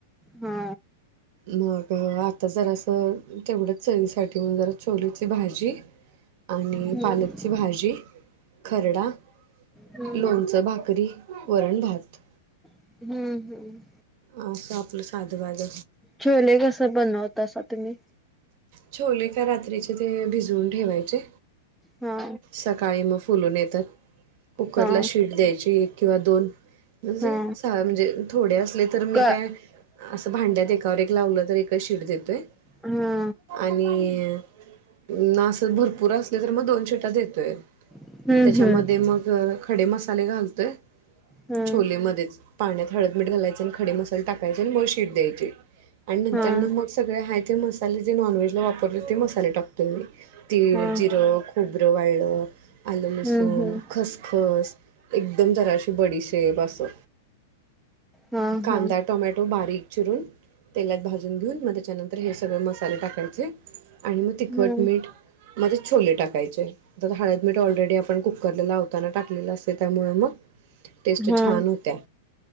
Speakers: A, in the centre; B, on the right (about 50°).
A: हा
B: मग आता जरासं तेवढं चवीसाठी जरा छोलेची भाजी आणि
A: हम्म
B: पालकची भाजी खरडा
A: हम्म
B: लोण भाकरी वरण भात.
A: हम्म हम्म
B: अ स आपलं साद बाद
A: छोले कस बनवतासा तुम्ही?
B: छोले का रात्रीचे ते भिजवून ठेवायचे
A: हा
B: सकाळी मग फुलून येतात कुकरला
A: हा
B: शीट द्यायची एक किंवा दोन म्हज
A: हा
B: म्हणजे थोडे असले तर मी
A: का
B: काय? असं भांड्यात एकावर एक लावलं तर एकच शीट देतोय.
A: हा
B: आणि न असं भरपूर असल तर मग दोन शीटा देतोय.
A: हम्म
B: त्याच्यामध्ये
A: हम्म
B: मग खडे मसाले घालतोय
A: हम्म
B: छोले मध्येच पाण्यात हळद मीठ घालायच आणि खडे मसाले टाकायचे आणि मग शिट द्यायची. आणि नंतर
A: हा
B: न मग सगळे हाय ते मसाले जे नॉन व्हेजला वापरतोय ते मसाले टाकतो मी. तीळ
A: हा हा
B: जिरं खोबरं वाळलं आलं लसूण
A: हम्म हम्म
B: खसखस एकदम जराशी बडीशेप असं.
A: हा
B: कांदा
A: हा
B: टोमॅटो बारीक चिरून तेलात भाजून घेऊन मग त्याच्यानंतर हे सगळें मसाले टाकायचे. आणि मग तिखट
A: हम्म
B: मीठ लगेच छोले टाकायचे तर हळद मीठ ऑलरेडी आपण कुकरला लावताना टाकलेलं असतय त्यामुळं मग टेस्ट
A: हा
B: छान होत्या.